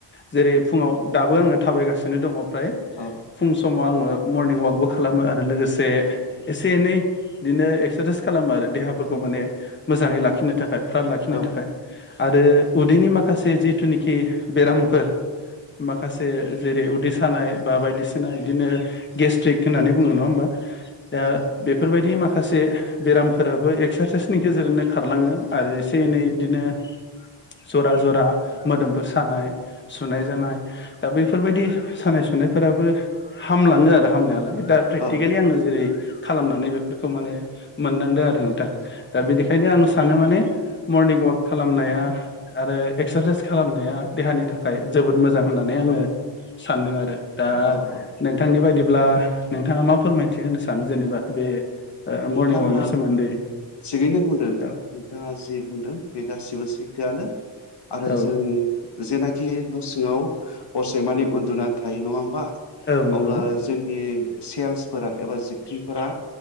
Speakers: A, on the left; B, on the left.
A: जेरै फुङाव दाबो आङो थाबायगासिनो दङ ओमफ्राय
B: औ
A: फुं समाव आङो मर्निं वाकबो खालामो आरो लोगोसे एसे एनै बिदिनो एक्सारसाइस खालामो आरो देहाफोरखौ माने मोजाङै लाखिनो थाखाय फ्राद लाखिनो
B: औ
A: थाखाय आरो उदैनि माखासे जिथुनिखि बेरामफोर माखासे जेरै उदै सानाय बा बायदिसिना बिदिनो गेस्ट्रिक होननानै बुङो नङा होम दा बे बेफोरबायदि माखासे बेरामफोराबो एक्सारसाइसनि गेजेरजोंनो खारलाङो आरो एसे-एनै बिदिनो जरा-जरा मोदोमफोर सानाय-सुनाय जानाय दा बेफोरबायदि सानाय-सुनायफोराबो हामलाङो आरो हामनायालाय दा प्रेकटिकेलि
B: औ
A: आङो जेरै खालामनानै बेफोरखौ माने मोनदांदों आरो दा बेनिखायनो आं सा सानो माने मर्निं वाक खालामनाया आरो एक्सारसाइस खालामनाया देहानि थाखाय जोबोद मोजां होननानै आङो सानदों आरो दा
B: औ ओ
A: नोंथांनि बायदि ब्ला नोंथाङा मा फोरमायथि होनो सानो जेनेबा बे
B: नोंथाङा
A: मरनिं वाकनि सोमोन्दै
B: थिगैनो बुंदों नोंथां
A: औ
B: नोंथाङा जि बुंदों बे गासिबो सैथोआनो आरो
A: औ
B: जों जेनाखि न' सिङाव हरसे मानि उन्दुनानै थायो नङा होमबा
A: औ नंगौ
B: अब्ला जोंनि सेल्सफोरा एबा जिबख्रिफोरा